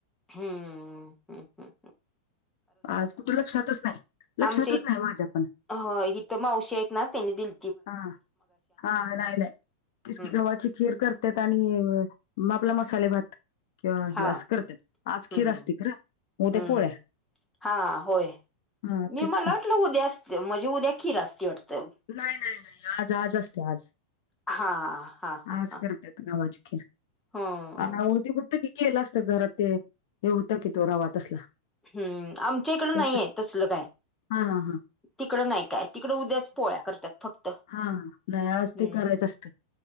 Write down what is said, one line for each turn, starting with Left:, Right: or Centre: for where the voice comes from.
Centre: हम्म, हम्म हम्म.
Left: आज कुठं लक्षातच नाही, लक्षातच
Centre: आमच्या इ
Left: नाय माझ्यापण.
Centre: हो इथं मावशी आहेत ना त्यांनी दिल
Left: हा हा नाही नाही, तीच की
Centre: हम्म
Left: गव्हाची खीर कर त्यात आणि म आपला मसाले भात. किंवा
Centre: हा
Left: हे असं करत्यात. आज खीर
Centre: हम्म
Left: असते खरं, मग उद्या
Centre: हम्म
Left: पोळ्या.
Centre: हा होय,
Left: हा
Centre: मी
Left: तेच
Centre: मला
Left: की
Centre: वाटलं उद्या असत्या म्हणजे उद्या खीर असती वाटतं.
Left: नाही नाही नाही आज आज असत्या आज.
Centre: हा हा हा
Left: आज
Centre: हा
Left: करतेत गव्हाची खीर.
Centre: हम्म
Left: अ उदी हुतं की ते केलं असत घरात ते, हे होतं की तो रवा तसला.
Centre: हम्म आमच्या इकडं
Left: त्याच
Centre: नाहीये तसल काय,
Left: हा हा हा
Centre: तिकडं नाही काय. तिकडं उद्याच पोळ्या करतात फक्त.
Left: हां नाय आज
Centre: हम्म
Left: ते करायचं असतंय.